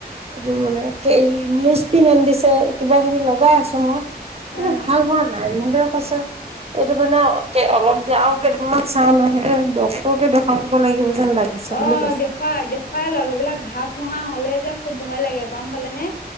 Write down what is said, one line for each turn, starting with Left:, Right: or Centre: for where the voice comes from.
Right: এইটো মানে এই নিউজ পিন্ধ আন দিছে কিবা কিবি লগাই আছো মই কিন্তু
Left: অ
Right: ভাল হোৱা নাই মদেও কৈছে এইটো মানে অলপ আৰু কেইদিনমান চাওঁ নহ'লে ডক্টৰকে দেখাব লাগিব। যেন লাগিছে
Left: অ',
Right: বুলি কৈছে
Left: দেখুৱাই দেখুৱাই লওক এইবিলাক ঘাঁ ফুহা হ'লে যে খুব ভয় লাগে গম পালে নে।